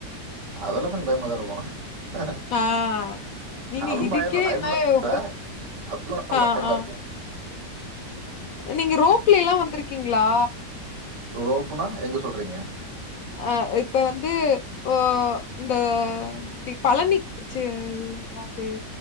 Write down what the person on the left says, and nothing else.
ஆ நீங்க
இதுக்கே
என்ன
இப்ப
ஆ
ஆ
நீங்க ரோப்ல எல்லா வந்திருக்கீங்ளா
ஆ இப்ப வந்து ஓ இந்த எப்டி பழனிக் ச்சீ என்னாது